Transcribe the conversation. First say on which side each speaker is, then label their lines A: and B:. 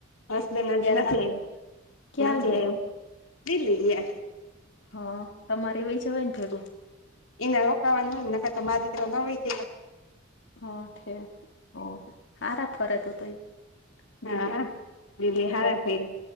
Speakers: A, on the left (about 85°); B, on the left (about 60°).
A: હસ બેન હજી
B: ગયા
A: નથી
B: તા
A: આવ્યો
B: ક્યાં
A: નથી
B: ગયા
A: આવ્યો દિલ્લી ગયા
B: હા તમારે વય જવાય ને ભેગું
A: એને રોકાવાનું હોય ને તો મા દીકરો ન હોય જ
B: હ છેઠ ઓ હારા ફરત હો તો દિલ્હી
A: હા દિલી હારા
B: કઈ
A: પઈરે